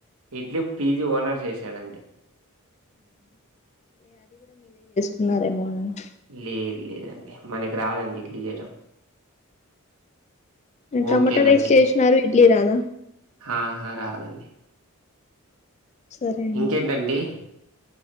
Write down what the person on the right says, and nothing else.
ఇడ్లీ పీజీ ఓనర్ చేసాడండి
లేదు లేదండి మనకి రాదండి ఇడ్లీ చేయడం
ఓకే నండి
ఆహా రాదండి
ఇంకేంటండి